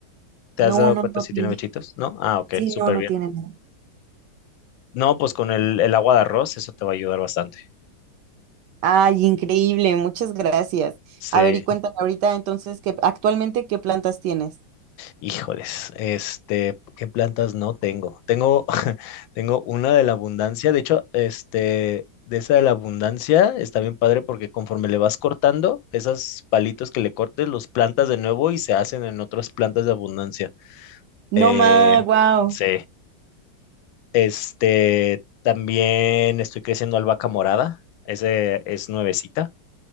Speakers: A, on the left (about 80°); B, on the right (about 70°).
A: ¿Te
B: No,
A: has dado
B: no,
A: cuenta
B: no
A: si
B: tiene.
A: tiene bichitos? ¿No? Ah, ok,
B: Sí,
A: súper
B: no, no
A: bien.
B: tiene nada.
A: No, pues con el, el agua de arroz eso te va a ayudar bastante.
B: Ay, increíble, muchas gracias.
A: Sí.
B: A ver, y cuéntame ahorita entonces que actualmente qué plantas tienes.
A: Híjoles, este, ¿qué plantas no tengo? Tengo, <laughs> tengo una de la abundancia, de hecho, este, de esa de la abundancia está bien padre porque conforme le vas cortando, esos palitos que le cortes, los plantas de nuevo y se hacen en otras plantas de abundancia.
B: No
A: Eh,
B: más, wow.
A: sí, este, también estoy creciendo albahaca morada, ese es nuevecita,